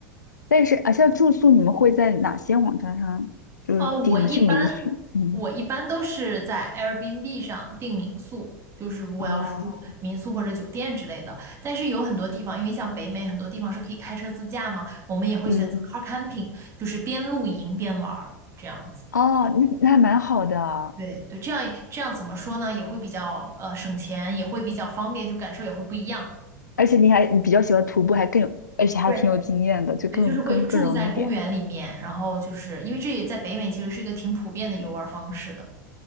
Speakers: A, on the left; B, on the right.
A: 但是啊，像住宿你们会在哪些网站上就是订的是民宿？
B: 呃，我一般
A: 嗯，
B: 我一般都是在 Airbnb 上订民宿，就是如果要是住民宿或者酒店之类的。
A: 哦，
B: 但是有很多地方，因为像北美很多地方是可以开车自驾嘛，我们也会选择
A: 嗯，
B: car camping，就是边露营边玩儿这样子。
A: 哦，那那还蛮好的。
B: 对对，这样这样怎么说呢？也会比较呃省钱，也会比较方便，就感受也会不一样。
A: 而且你还你比较喜欢徒步，还更有，而且还挺有经验的，
B: 对，
A: 就更更更容易一点。
B: 对，就是会住在公园里面，然后就是因为这也在北美其实是一个挺普遍的游玩方式的。